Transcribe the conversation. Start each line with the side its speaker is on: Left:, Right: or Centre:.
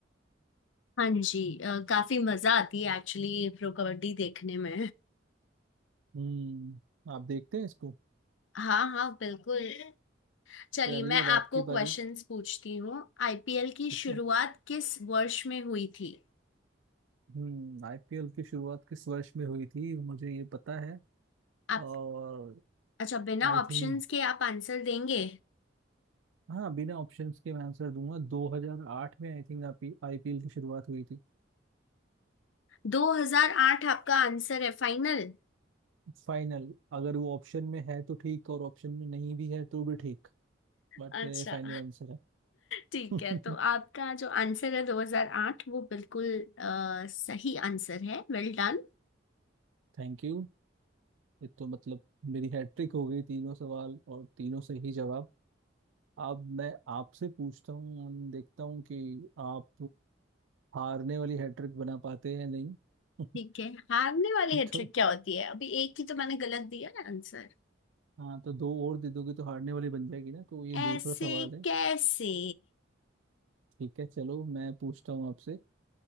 Left: हाँ जी अ, काफी मजा आती है एक्चुअली प्रो कबड्डी देखने में
Right: हम्म आप देखते हैं इसको
Left: हाँ हाँ बिल्कुल चलिए
Right: चलिए
Left: मैं
Right: अब
Left: आपको
Right: आपकी
Left: क्वेश्चंस
Right: बारी
Left: पूछती हूँ आईपीएल की
Right: ठीक
Left: शुरुआत
Right: है
Left: किस वर्ष में हुई थी
Right: हम्म आईपीएल की शुरुआत किस वर्ष में हुई थी मुझे ये पता है
Left: आप
Right: और
Left: अच्छा बिना
Right: आई
Left: ऑप्शंस
Right: थिंक
Left: के आप आंसर देंगे
Right: हाँ बिना ऑप्शंस के मैं आंसर दूंगा 2008 में आई थिंक आप आईपीएल की शुरुआत हुई थी
Left: 2008 आपका आंसर है फाइनल
Right: फाइनल अगर वो ऑप्शन में है तो ठीक और ऑप्शन में नहीं भी है तो भी ठीक बट
Left: अच्छा
Right: मेरा ये फाइनल आंसर है
Left: ठीक
Right: <laughs>
Left: है तो आपका जो आंसर है 2008 वो बिल्कुल अ, सही आंसर है Well done
Right: Thank you ये तो मतलब मेरी हैट्रिक हो गई तीनों सवाल और तीनों सही जवाब अब मैं आपसे पूछता हूँ हम देखता हूँ कि आप हारने वाली हैट्रिक बना पाते हैं या नहीं <laughs>
Left: ठीक है हारने वाली हैट्रिक
Right: तो
Left: क्या होती है अभी एक ही तो मैंने गलत दिया है आंसर
Right: हाँ तो दो और दे दोगे तो हारने वाली बन जाएगी ना तो ये दूसरा
Left: ऐसे
Right: सवाल है
Left: कैसे
Right: ठीक है चलो मैं पूछता हूँ आपसे